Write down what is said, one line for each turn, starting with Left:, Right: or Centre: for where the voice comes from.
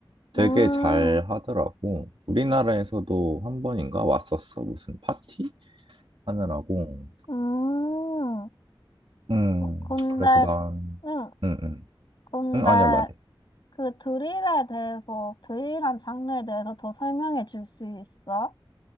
Right: 되게
Left: 음,
Right: 잘 하더라고. 우리나라에서도 한 번인가 왔었어. 무슨 파티 하느라고.
Left: 음.
Right: 음,
Left: 근데,
Right: 그래서 난,
Left: 응.
Right: 음, 음.
Left: 근데
Right: 음, 아니야, 말해.
Left: 그 드릴에 대해서, 드릴한 장르에 대해서 더 설명해 줄 수 있어?